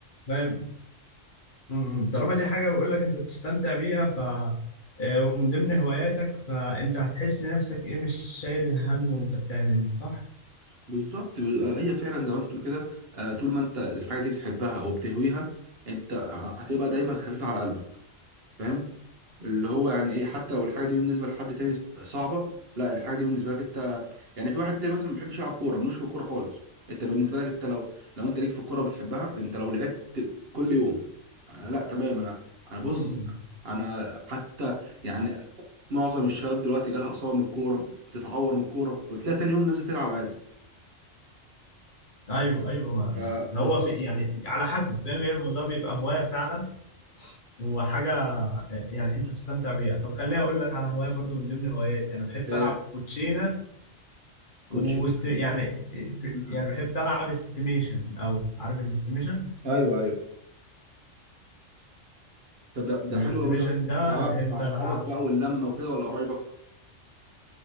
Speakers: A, on the left (about 45°); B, on the right (about 55°).
A: فاهم امم. طالما دي حاجة بقول لك انت بتستمتع بيها ف آه، ومن ضمن هواياتك فانت هتحس نفسك ايه مش شايل هم وانت بتعملها صح؟
B: بالظبط ب- آه، هي فعلا زي ما انت بتقول كده آه، طول ما انت الحاجه دي بتحبها وبتهويها انت ه- هتبقى دايما خفيفه على قلبك فاهم اللي هو يعني ايه حتى لو الحاجه دي بالنسبه لحد تاني صعبه لا الحاجه دي بالنسبه لك انت يعني في واحد تاني مثلا ما بيحبش يلعب كوره ملوش في الكوره خالص انت بالنسبه لك انت لو لو انت ليك في الكوره وبتحبها انت لو لعبت كل يوم آه، لا تمام انا انا بص
A: امم
B: انا حتى يعني معظم الشباب دلوقتي جالها اصابه من الكوره بتتعور من الكوره وتلاقي تاني يوم نازل تلعب عادي
A: ايوه ايوه ما
B: آه، بالظبط
A: هو في يعني على حسب فاهم هي الموضوع بيبقى هوايه فعلا وحاجه آه، يعني انت بتستمتع بيها طب خليني اقول لك على هوايه برضو من ضمن هواياتي انا بحب
B: هي
A: العب كوتشينه
B: كوتشي
A: وست... يعني في...
B: مم.
A: يعني بحب العب استيميشن او عارف الاستيميشن
B: ايوه ايوه طب ده ده
A: الاستيميشن
B: حلو قوي ده
A: ده
B: بتلعبها
A: انا بحب
B: مع صحابك
A: العب
B: بقى واللمه وكده ولا قرايبك